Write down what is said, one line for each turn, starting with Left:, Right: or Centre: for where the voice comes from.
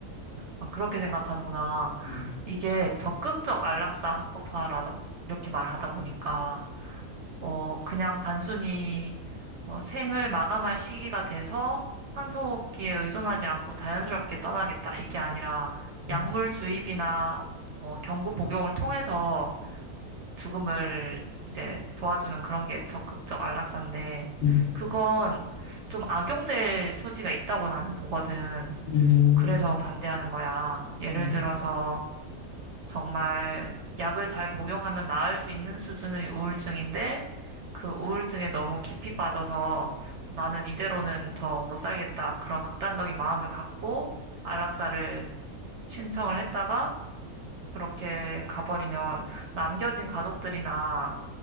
Right: 아, 그렇게 생각하는구나.
Left: 음,
Right: 이게 적극적 안락사 합법화라다, 이렇게 말하다 보니까, 어, 그냥 단순히 뭐 생을 마감할 시기가 돼서 산소호흡기에 의존하지 않고 자연스럽게 떠나겠다. 이게 아니라 약물
Left: 음,
Right: 주입이나 뭐 경구 복용을 통해서 죽음을 이제 도와주는 그런 게 적극적 안락사인데,
Left: 음,
Right: 그건 좀 악용될 소지가 있다고 나는 보거든.
Left: 음,
Right: 그래서 반대하는 거야. 예를
Left: 음,
Right: 들어서 정말 약을 잘 복용하면 나을 수 있는 수준의 우울증인데 그 우울증에 너무 깊이 빠져서 나는 이대로는 더 못 살겠다. 그런 극단적인 마음을 갖고 안락사를 신청을 했다가 그렇게 가버리면 남겨진 가족들이나